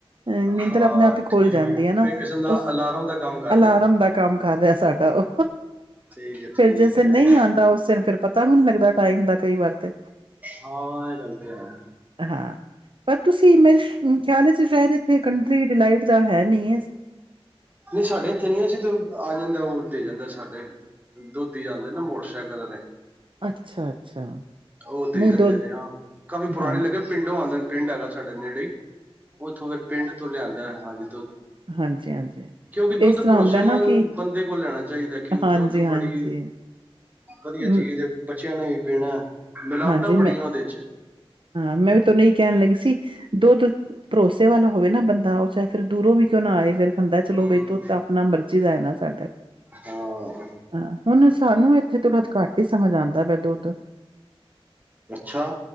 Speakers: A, on the right; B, on the right.
A: ਅ ਨੀਂਦਰ
B: ਹਾਂ
A: ਅਪਨੇ ਆਪ ਈ ਖੋਲ
B: ਠੀਕ
A: ਜਾਂਦੀ
B: ਹੈ
A: ਏ ਨਾ,
B: ਇਹ ਕਿਸਮ ਦਾ
A: ਉਸ
B: ਅਲਾਰਮ ਦਾ ਕੰਮ ਕਰ
A: ਅਲਾਰਮ
B: ਰਿਹਾ
A: ਦਾ ਕੰਮ ਕਰ ਰਿਆ ਸਾਡਾ ੳ,
B: ਠੀਕ ਹੈ
A: ਫੇਰ
B: ਠੀਕ
A: ਜਿਸ ਦਿਨ
B: ਹੈ
A: ਨਈ ਆਂਦਾ ਉਸ ਦਿਨ ਫਿਰ ਪਤਾ ਪਤਾ ਵੀ ਨਈ ਲੱਗਦਾ ਟਾਈਮ ਦਾ ਕਈ ਵਾਰ ਤੇ
B: ਹਾਂ ਐ ਗੱਲ ਤੇ ਹੈ।
A: ਹਾਂ ਪਰ ਤੁਸੀਂ ਮੇਰੇ ਖਿਆਲ ਚ ਸ਼ਾਇਦ ਇੱਥੇ ਕੰਟਰੀ ਡਿਲਾਈਟ ਦਾ ਹੈ ਨਈ ਏ
B: ਨਈ ਸਾਡੇ ਇੱਥੇ ਨਈ ਅਸੀ ਤੇ, ਆ ਜਾਂਦਾ ਉ ਦੇ ਜਾਂਦਾ ਸਾਡੇ ਦੋਧੀ ਆਂਦੇ ਨਾ ਮੋਟਰਸਾਈਕਲ ਵਾਲੇ।
A: ਅੱਛਾ-ਅੱਛਾ।
B: ਉ ਦੇ
A: ਨਹੀਂ
B: ਜਾਂਦੇ
A: ਦੋ
B: ਨੇ ਹਾਂ, ਕਾਫੀ ਪੁਰਾਣੇ
A: ਹਾਂਜੀ,
B: ਲੱਗੇ ਪਿੰਡ ਪਿੰਡ ਹੈਗਾ ਸਾਡੇ ਨੇੜੇ ਈ ਉੱਥੋਂ ਫੇਰ ਪਿੰਡ ਤੋਂ ਲਿਆਂਦੈ, ਹਾਂਜੀ ਦੁੱਧ।
A: ਹਾਂਜੀ, ਹਾਂਜੀ
B: ਕਿਉਂਕਿ ਦੁੱਧ
A: ਇਸ ਤਰ੍ਹਾਂ
B: ਭਰੋਸੇਮੰਦ
A: ਹੁੰਦਾ ਨਾ ਕਿ
B: ਬੰਦੇ ਕੋਲ ਲੈਣਾ ਚਾਹੀਦਾ ਕਿ
A: ਹਾਂਜੀ
B: ਦੁੱਧ
A: -ਹਾਂਜੀ।
B: ਬੜੀ ਵਧੀਆ ਚੀਜ਼
A: ਮ
B: ਦੇ ਬੱਚਿਆਂ ਨੇ ਵੀ ਪੀਣਾ, ਮਿਲਾਵਟਾਂ
A: ਹਾਂਜੀ ਮੈਂ
B: ਬੜੀਆਂ ਉਦੇ ਚ
A: ਹਾਂ ਮੈਂ ਵੀ ਤੁਹਾਨੂੰ ਏ ਕੈਨ ਲੱਗੀ ਸੀ ਦੁੱਧ ਭਰੋਸੇ ਵਾਲਾ ਹੋਵੇ ਨਾ ਬੰਦਾ ਉ ਚਾਹੇ ਫੇਰ ਦੂਰੋਂ ਵੀ ਕਿਉਂ ਨਾ ਆਏ ਫਿਰ- ਹੂੰਦੈ ਚਲੋ
B: ਹੂੰ
A: ਬਈ ਦੁੱਧ ਤਾਂ ਆਪਣਾ ਮਰਜੀ ਦਾ ਏ ਨਾ ਸਾਡੇ।
B: ਹਾਂ।
A: ਹਾਂ ਹੁਨ ਸਾਨੂੰ ਇੱਥੇ ਥੋੜਾ ਘੱਟ ਈ ਸਮਝ ਆਂਦਾ ਪਿਆ ਦੁੱਧ।
B: ਅੱਛਾ।